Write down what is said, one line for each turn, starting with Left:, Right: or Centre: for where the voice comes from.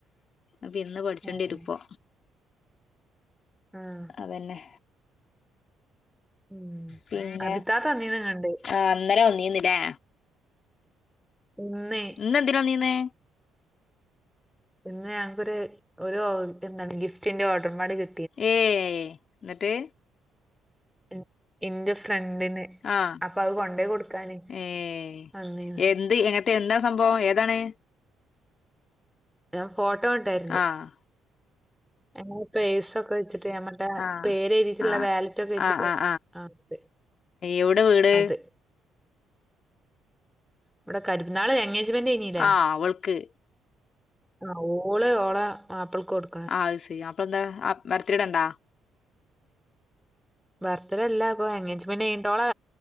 Left: അപ്പൊ ഇന്ന് പഠിച്ചെണ്ടിയേരും
Centre: ഉം.
Left: ഇപ്പൊ
Centre: ഉം.
Left: അതന്നെ
Centre: ഉം
Left: പിന്നെ
Centre: അബിത്താത്ത വന്നിനെ കണ്ട്
Left: ആഹ് ഇന്നലെ വന്നീന്ന് ലെ
Centre: ഇന്ന്
Left: ഇന്നെന്തിനാ വന്നീന്നെ
Centre: ഇന്ന് ഞങ്ക്കൊരു ഒരു എന്താണ് ഗിഫ്റ്റിന്റെ ഓർഡറുംമ്പാടെ കി
Left: ഏഹ് ന്നട്ട്
Centre: ഇൻ ഇന്റെ ഫ്രണ്ടിന്
Left: ആഹ്
Centre: അപ്പൊ അത് കൊണ്ടേ കൊടുക്കാന്
Left: ഏഹ്
Centre: അന്നീന്ന്
Left: എന്ത് എപ്പ് തെന്താണ് സംഭവം ഏതാണ്
Centre: ഞാൻ ഫോട്ടോ വിട്ടേരെണ്ട്
Left: ആഹ്
Centre: ഞങ്ങള് പെയ്സൊക്കെ വെച്ചിട്ട് ഞമ്മള് ടെ
Left: ആഹ്
Centre: പേര് എഴുതിട്ടുള്ള
Left: ആഹ്
Centre: വാലറ്റ് ഒക്കെ വെച്ചിട്ട്
Left: ആഹ് ആഹ്
Centre: ആഹ് അത്
Left: എവിടെ വീട്
Centre: അത് ഇവിടെ കരു ന്നാള് എൻഗേജ്മെന്റ് കഴ്ഞ്ഞീല്ലേ
Left: ആഹ് അവൾക്ക്
Centre: ആഹ് ഓള് ഓളെ മാപ്പിളക്കൊട്
Left: ആഹ് അയ്സരി അപ്പൊ ന്താ ബർത്ത്ഡേ ണ്ടാ
Centre: ബർത്ത് ഡേ അല്ല അപ്പൊ എൻഗേജ്മെന്റെയിഞ്ഞിട്ട് ഓളെ